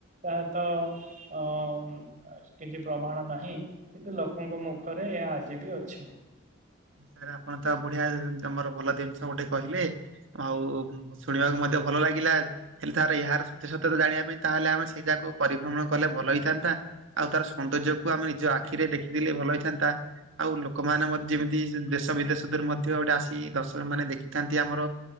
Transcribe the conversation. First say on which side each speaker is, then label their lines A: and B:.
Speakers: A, on the right (about 40°); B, on the right (about 75°).
A: ତାହା ତ ଅ କିଛି ପ୍ରମାଣ ନାହିଁ କିନ୍ତୁ ଲୋକଙ୍କ ମୁଖରେ ଏହା ଆଜି ବି ଅଛି
B: ସାର୍ ଆପଣ ତ ବଢିଆ ତମର ଭଲ ଜିନିଷ ଗୋଟେ କହିଲେ ଆଉ ଶୁଣିବାକୁ ମଧ୍ୟ ଭଲ ଲାଗିଲା। ହେଲେ ତାର ଏହାର ସତ୍ୟ ସତ୍ୟତା ଜାଣିବା ପାଇଁ ତାହଲେ ଆମେ ସେଇଯାଗାକୁ ପରିଭ୍ରମଣ କଲେ ଭଲ ହେଇଥାନ୍ତା। ଆଉ ତାର ସୌନ୍ଦର୍ଯ୍ୟ କୁ ଆମେ ନିଜ ଆଖିରେ ଦେଖିଥିଲେ ଭଲ ହେଇଥାନ୍ତା ଆଉ ଲୋକମାନେ ମ ଯେମିତି ଦେଶ ବିଦେଶ ଦରୁ ମଧ୍ୟ ଗୋଟେ ଆସି ଦର୍ଶକ ମାନେ ଦେଖିଥାନ୍ତି ଆମର